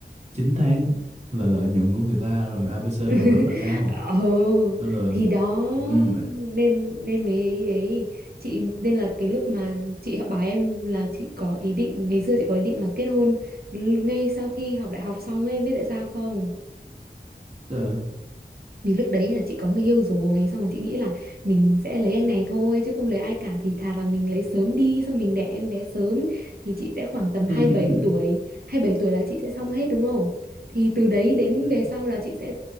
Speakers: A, on the right; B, on the right.
A: 9 tháng là lợi nhuận của người ta rồi ABC
B: <laughs>
A: đồ rất là cao
B: ồ
A: nên là
B: thì đó
A: ừm,
B: nên nên mấy ấy chị nên là cái lúc mà chị học bài em là chị có ý định ngày xưa chị có ý định là kết hôn l- ngay sau khi học đại học xong ấy em biết tại sao không
A: tức là-
B: vì lúc đấy là chị có người yêu rồi xong rồi chị nghĩ là mình sẽ lấy anh này thôi chứ không lấy ai cả thì thà là mình lấy sớm đi xong mình đẻ em bé sớm thì chị sẽ khoảng tầm hai
A: <laughs>
B: mươi bảy tuổi hai mươi bảy tuổi là chị sẽ xong hết đúng không thì từ đấy đến
A: Ừm,
B: về sau là chị sẽ